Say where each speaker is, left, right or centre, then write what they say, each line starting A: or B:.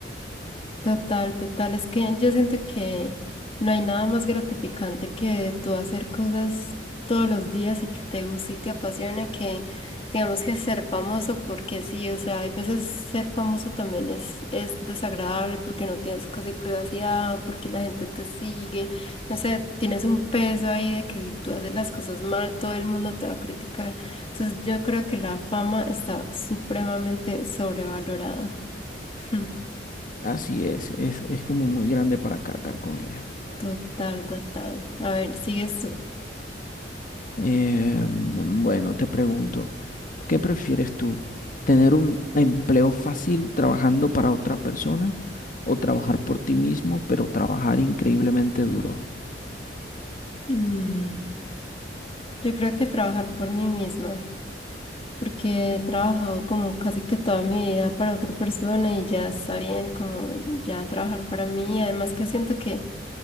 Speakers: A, on the left; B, on the left.
A: Total, total. Es que yo siento que no hay nada más gratificante que tú hacer cosas todos los días y que te guste y te apasiona que, digamos que ser famoso porque sí, o sea, hay veces ser famoso también es, es desagradable porque no tienes casi privacidad, porque la gente te sigue, no sé, tienes un peso ahí de que si tú haces las cosas mal, todo el mundo te va a criticar. Entonces yo creo que la fama está supremamente sobrevalorada. <laughs>
B: Así es, es, es como muy grande para cargar con ella.
A: Total, total. A ver, sigues tú.
B: Eh, bueno, te pregunto, ¿qué prefieres tú? ¿Tener un empleo fácil trabajando para otra persona o trabajar por ti mismo, pero trabajar increíblemente duro?
A: Mm, Yo creo que trabajar por mí misma, porque he trabajado como casi que toda mi vida para otra persona y ya está bien como ya trabajar para mí. Además que siento que